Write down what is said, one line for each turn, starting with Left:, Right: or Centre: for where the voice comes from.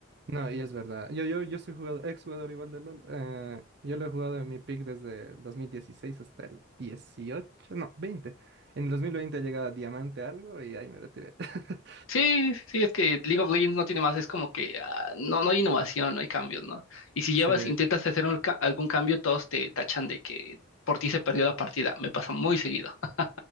Right: No, y es verdad. Yo, yo, yo soy jugador, ex jugador igual de LOL. eh, yo lo he jugado en mi pick desde el 2016 hasta el 18. no, 20. En el 2020 llegaba Diamante algo y ahí me retiré. <laughs>
Left: Sí, sí, es que League of Legends no tiene más, es como que ah, no, no hay innovación, no hay cambios, ¿no? Y si
Right: Sí.
Left: llevas, intentas hacer un ca- algún cambio, todos te tachan de que por ti se perdió la partida. Me pasa muy seguido. <laughs>